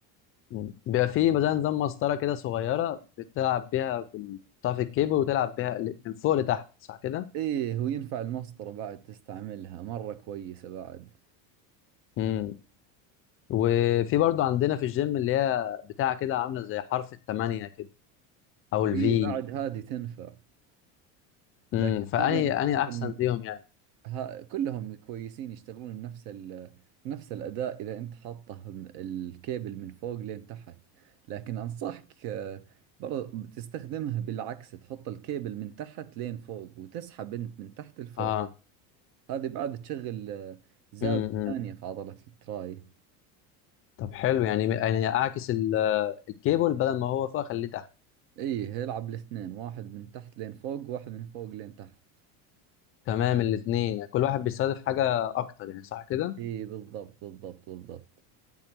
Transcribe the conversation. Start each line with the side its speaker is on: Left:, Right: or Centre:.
Left: مم. بيبقى في مثلا نظام مسطره كده صغيره بتلعب بيها بال- بتقطع في الكيبل وتلعب بيها ل- من فوق لتحت صح كده
Right: ايه وينفع المسطرة بعد تستعملها مرة كويسة بعد
Left: مم. وفي برضو عندنا في الجيم اللي هي بتاع كده عامله زي حرف الثمانيه كده او
Right: ايه
Left: الفي
Right: بعد هذه تنفع
Left: امم
Right: لكن
Left: فاني
Right: هذه انصحك
Left: اني احسن
Right: ان
Left: فيهم يعني
Right: ها كلهم كويسين يشتغلون نفس ال نفس الأداء إذا أنت حاطه م- الكيبل من فوق لين تحت لكن أنصحك آه، برضه تستخدمها بالعكس تحط الكيبل من تحت لين فوق وتسحب أنت من تحت لفوق
Left: اه
Right: هذه بعد تشغل آه، زاوية
Left: امم
Right: ثانية في عضلة التراي
Left: طب حلو يعني يعني اعكس ال- الكيبل بدل ما هو فوق اخليه تحت
Right: ايه العب الاثنين واحد من تحت لين فوق واحد من فوق لين تحت
Left: تمام الاثنين يعني كل واحد بيستهدف حاجة أكتر يعني صح كده؟
Right: اي بالضبط بالضبط بالضبط